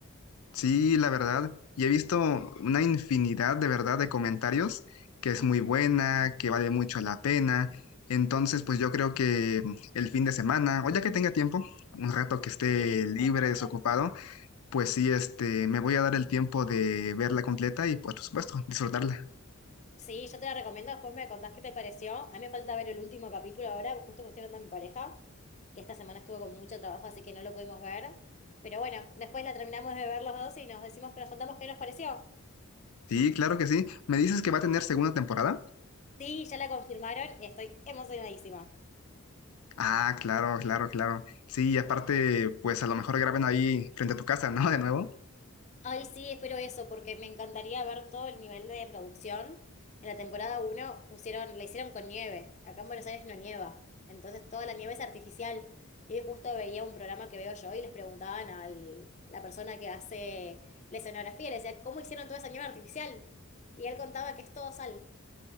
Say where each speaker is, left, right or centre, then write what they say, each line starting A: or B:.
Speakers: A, on the left; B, on the left.
A: Sí, la verdad, y he visto una infinidad de verdad de comentarios que es muy buena, que vale mucho la pena. Entonces, pues yo creo que el fin de semana, o ya que tenga tiempo, un rato que esté
B: Sí,
A: libre,
B: te lo recomiendo.
A: desocupado, pues sí, este, me voy a dar el tiempo de verla completa y pues, por supuesto, disfrutarla.
B: Sí, yo te la recomiendo, después me contás qué te pareció. A mí me falta ver el último capítulo ahora, justo que estoy hablando a mi pareja, que esta semana estuvo con mucho trabajo, así que no lo pudimos ver. Pero bueno, después la terminamos de ver los dos y nos decimos que nos contamos qué nos pareció.
A: Sí, claro que sí. ¿Me dices que va a tener segunda temporada?
B: Sí, ya la confirmaron y estoy emocionadísima.
A: Ah, claro, claro, claro. Sí, y aparte, pues a lo mejor graben ahí frente a tu casa, ¿no? <laughs> De nuevo.
B: Ay, sí, espero eso, porque me encantaría ver todo el nivel de producción. En la temporada uno. pusieron, la hicieron con nieve. Acá en Buenos Aires no nieva. Entonces toda la nieve es artificial. Y hoy justo veía un programa que veo yo y les preguntaban a la persona que hace la escenografía, le decía, ¿cómo hicieron toda esa nieve artificial? Y él contaba que es todo sal.